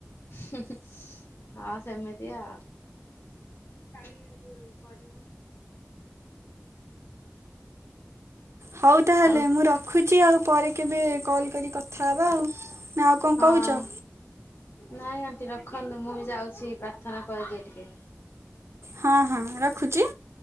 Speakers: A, on the left (about 55°); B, on the right (about 65°).
A: ହୁଁ-ହୁଁ ହଁ ସେମିତି ଆଉ। <unintelligible>
B: ହଉ ତାହେଲେ
A: ଆଉ
B: ମୁଁ ରଖୁଚି ଆଉ ପରେ କେବେ କଲ୍ କରି କଥା ହବା ଆଉ ନାଆଉ କଁ
A: ହଁ।
B: କଉଚ?
A: ନାଇଁ ଆଣ୍ଟି ରଖନ୍ତୁ ମୁଁବି ଯାଉଚି ପ୍ରାର୍ଥନା କରିଦିଏ ଟିକିଏ।
B: ହଁ-ହଁ ରଖୁଚି।